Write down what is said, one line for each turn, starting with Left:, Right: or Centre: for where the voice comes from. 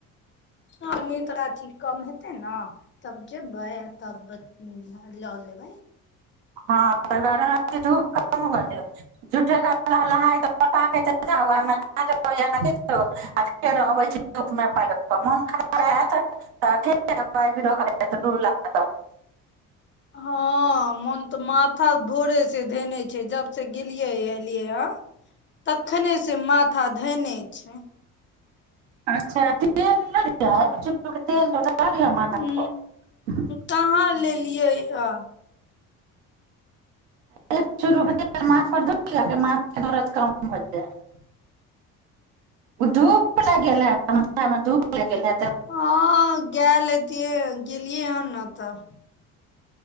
Left: आर्मी तोरा अथी कम हेतै ने तब जेबै तब लऽ लेबै
Right: हँ त गरमे धूप हो जाइ छै झूठ कें <unintelligible> <unintelligible>
Left: हँ मन तऽ माथा भोरे से धेने छै जब से गेलियै एलियै या तखने से माथा धेने छै
Right: अच्छा तेल नहि या <unintelligible> ध लिअ माथ
Left: उ
Right: पर
Left: कहाँ लेलियै हँ
Right: एक चूरू तेल माथ पर ध लिअ माथके दरद कम भ जायत ओ धूप लागि गेल हायत माथा मे धूप लागि गेल हायत
Left: हँ गेल हेतीयै गेलियै हन न तऽ